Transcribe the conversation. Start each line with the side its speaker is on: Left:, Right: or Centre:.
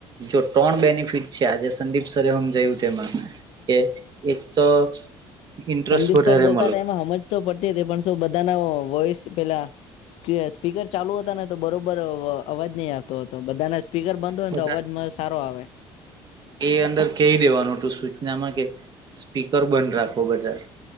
Right: જો ત્રણ બેનિફિટ છે, આજે સંદીપ સરે હમજાયું તેમાં કે એક તો ઇન્ટરેસ્ટ
Left: સંદીપ
Right: વધારે
Left: સર બોલતા
Right: મળે
Left: તા એમાં હમજ તો પડતી તી પણ શું બધાના વોઈસ પેલા સ્પી સ્પીકર ચાલુ હતા ને તો બરોબર અવાજ ની આવતો હતો બધાના સ્પીકર બંધ હોય
Right: બધા
Left: ને તો અવાજમાં સારો આવે
Right: એ અંદર કહી દેવાનું તો સૂચનામાં કે સ્પીકર બંધ રાખો બધાં.